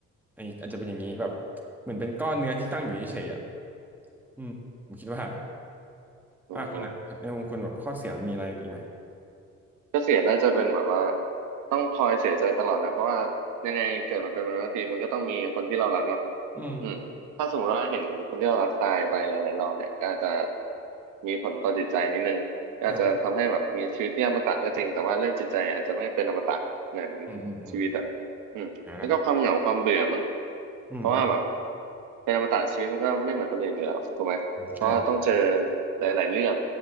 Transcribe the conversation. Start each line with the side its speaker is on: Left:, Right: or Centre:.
Centre: อันนี้อาจจะเป็นอย่างนี้แบบ
Right: อืม
Centre: เหมือนเป็นก้อนเนื้อที่ตั้งอยู่เฉยๆอ่ะอืมผมคิดว่า
Right: อืม
Centre: อ่าคุณอะในมุมคุณแบบข้อเสียมันมีอะไรอีกไหม
Right: ก็เสียน่าจะเป็นแบบว่าต้องคอยเสียใจตลอดนะเพราะว่ายังไงเกิดมันเป็นมนุษย์ทงทีมันก็ต้องมีคนที่เรารักเนาะ
Centre: อืม
Right: อืมถ้าสมมติว่าเห็นคนที่เรารักตายไปหลายๆรอบเนี่ยก็อาจจะมีผลต่อจิตใจนิดนึงก็อาจจะทำให้แบบมีชีวิตที่อมตะก็จริงแต่ว่าเรื่องจิตใจอาจจะไม่เป็นอมตะเหมือน
Centre: อ่าอืมอืมอืม
Right: ชีวิตอ่ะอืมแล้วก็ความเหงาความเบื่อมั้ง
Centre: อ่าอืมครับ
Right: เพราะว่าแบบเป็นอมตะชีวิตมันก็ไม่เหมือนคนอื่นอยู่แล้วถูกไหมเพราะว่าต้องเจอ
Centre: ใช่
Right: หลายๆเรื่อง